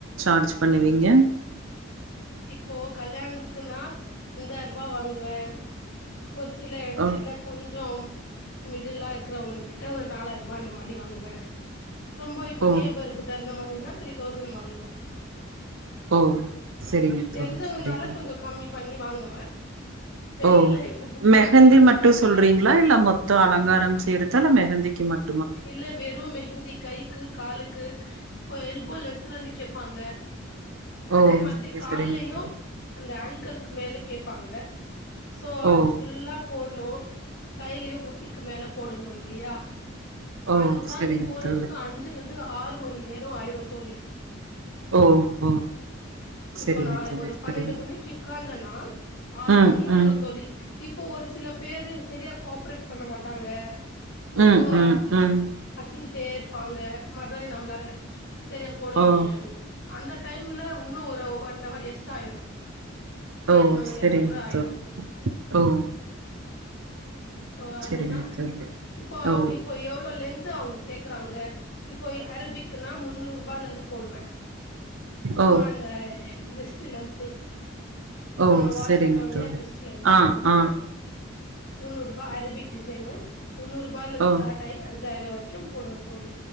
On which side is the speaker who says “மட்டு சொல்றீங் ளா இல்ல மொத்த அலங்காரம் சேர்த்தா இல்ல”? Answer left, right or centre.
Right